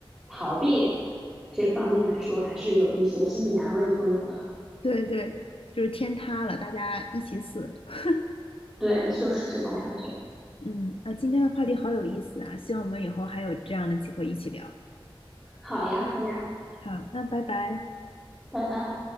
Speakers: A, in the centre; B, on the left.
A: 逃避这方面来说，还是有一些心理安慰作用的。
B: 对对，就是天塌了，大家一起死。<laughs>
A: 对，就是这种感觉。
B: 嗯，那今天的话题好有意思啊，希望我们以后还有这样的机会一起聊。
A: 好呀，好呀，
B: 好，那拜拜。
A: 拜拜。